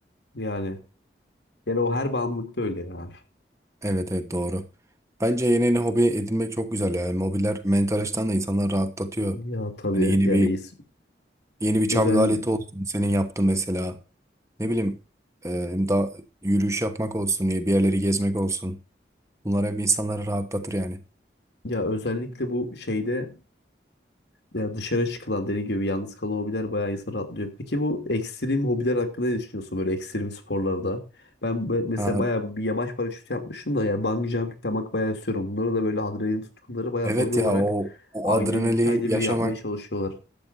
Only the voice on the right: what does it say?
Evet evet doğru. Bence yeni yeni hobi edinmek çok güzel ya. Yani hobiler mental açıdan da insanları rahatlatıyor.
Hani yeni
bir
yeni bir çalgı
aleti olsun senin yaptığın mesela. Ne bileyim e, da yürüyüş yapmak olsun, bir yerleri gezmek olsun. Bunlar hep insanları rahatlatır yani.
Ha,
evet
ya o, o
adrenali
yaşamak,